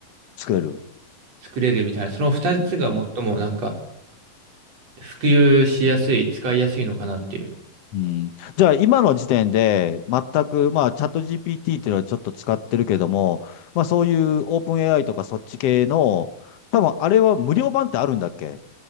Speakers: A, on the left (about 60°); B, on the right (about 45°).
A: 作れる。
B: 作れるみたいな、その二つが最もなんか
A: うん。
B: 普及しやすい、使いやすいのかなっていう。
A: うん。じゃあ、今の時点で、全く、まあ、チャット GPT っていうのはちょっと使ってるけども、まあ、そういうオープン AI とかそっち系の、多分、あれは無料版ってあるんだっけ